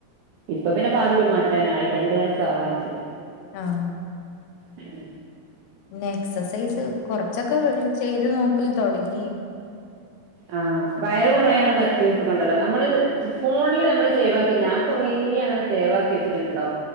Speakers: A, on the right (about 80°); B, on the left (about 85°).
A: ഇപ്പൊ പിന്നെ പാലുടി മാറ്റാനായി രണ്ടു വയസ ആവാനായി
B: ആഹ്
A: ഉ
B: പിന്നെ എക്സസൈസ് കൊറച്ചൊക്കെ ചെയ്ത് നോക്കൽ തുടങ്ങി
A: ആ വയർ കുറയാനുള്ള എക്സൈസ് ണ്ടല്ലോ നമ്മള് ഫോണില് നമ്മള് സേവ് ആക്കി ഞാൻ കൊറ അങ്ങനെ സേവക്കിവച്ചിട്ടുണ്ടോ